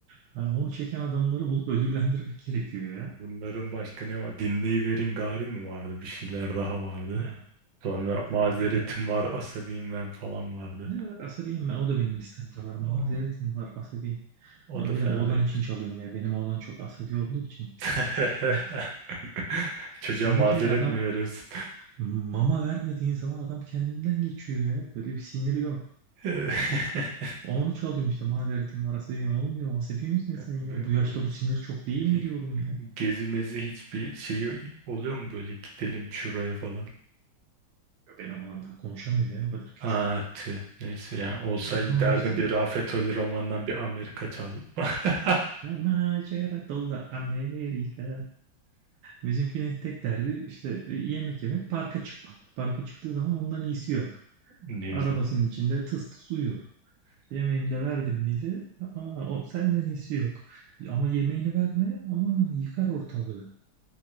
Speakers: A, on the right (about 85°); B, on the right (about 65°).
A: Ha, onu çeken adamları bulup ödüllendirmek <laughs> gerekiyor ya.
B: Bunların başka ne var? Dinleyiverin gari mi vardı? Bir şeyler daha vardı.
A: Ha,
B: Sonra mazeretim
A: gari de gari.
B: var, asabiyim ben falan vardı.
A: Ne bak asabiyim ben. O da benim listemde var. Mazeretim
B: O,
A: var asabiyim.
B: o
A: Onu
B: da
A: benim
B: fena
A: oğlan
B: değildi.
A: için çalıyorum ya. Benim oğlan çok asabi olduğu için.
B: <laughs>
A: Ah,
B: Çocuğa
A: Sinirli
B: mazeret
A: ya adam
B: mi veriyorsun?
A: mama vermediğin zaman adam kendinden geçiyor ya. Böyle bir siniri yok.
B: <laughs>
A: Onu çalıyorum işte mazeretim var asabiyim. Oğlum diyorum asabi misin sen ya?
B: Böyle,
A: Bu yaşta
B: böyle
A: bu sinir çok değil mi
B: hi-
A: diyorum ya.
B: gezi mezi hiçbir şeyi oluyor mu böyle gidelim şuraya falan?
A: Benim oğlan daha konuşamıyor ya o kadar küçük.
B: Aa, tüh. Neyse yani olsaydı
A: Ama
B: derdim
A: işte
B: bir Rafet Ölü romandan bir Amerika çal. <laughs>
A: macera dolu Amerika. Bizimkinin tek derdi işte e, yemek yemek, parka çıkmak. Parka çıktığı zaman ondan iyisi yok.
B: Ne
A: Arabasının
B: güzel.
A: içinde tıs tıs uyuyor. Yemeğini de verdim miydi? Aa, o senden iyisi yok. Ama yemeğini verme ama yıkar ortalığı.